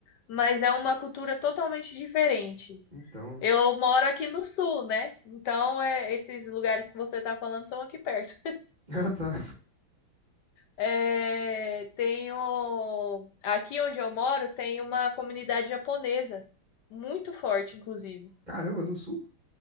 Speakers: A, on the left; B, on the right.
A: mas é uma cultura totalmente diferente.
B: Então,
A: Eu moro aqui no sul, né? Então, é, esses lugares que você tá falando são aqui perto.
B: Ah, tá.
A: É, tenho, aqui onde eu moro tem uma comunidade japonesa, muito forte, inclusive.
B: Caramba, no sul?